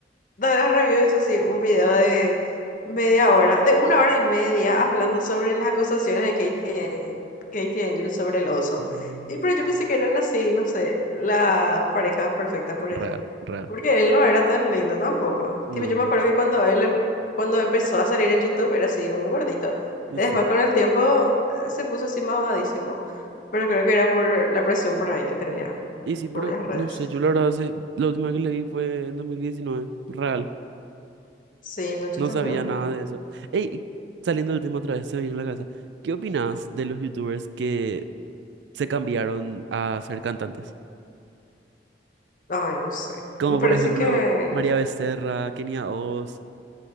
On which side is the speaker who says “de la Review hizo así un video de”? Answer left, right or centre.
Left